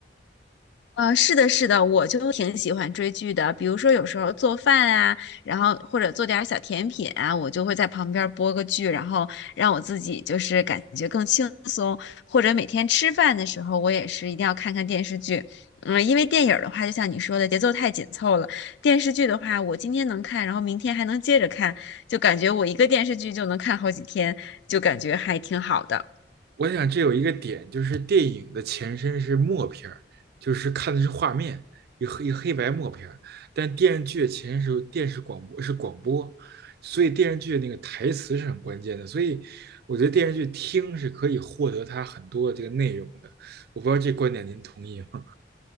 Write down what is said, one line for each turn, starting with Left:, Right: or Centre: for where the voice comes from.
Left: 呃，是的，是的，我就挺喜欢追剧的。比如说，有时候做饭啊，然后或者做点儿小甜品啊，我就会在旁边儿播个剧，然后让我自己就是感觉更轻松。或者每天吃饭的时候，我也是一定要看看电视剧。嗯，因为电影儿的话，就像你说的，节奏太紧凑了；电视剧的话，我今天能看，然后明天还能接着看，就感觉我一个电视剧就能看好几天，就感觉还挺好的。
Right: 我想这有一个点，就是电影的前身是默片儿，就是看的是画面，一黑一黑白默片儿。但电视剧的前身是电视广播，是广播，所以电视剧的那个台词是很关键的。所以我觉得电视剧听是可以获得它很多的这个内容的。我不知道这观点您同意吗？